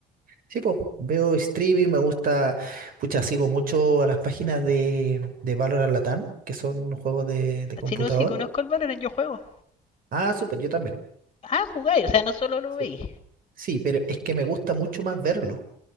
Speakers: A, on the right; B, on the left.
A: Sí, pues veo streaming, me gusta, pucha, sigo mucho a las páginas de, de Valorant Latam, que son juegos de, de
B: Así
A: computador.
B: no, sí conozco el Valorant, yo juego.
A: Ah, súper, yo también.
B: Ah, jugáis, o sea, no solo lo
A: Sí.
B: veis.
A: Sí, pero es que me gusta mucho más verlo.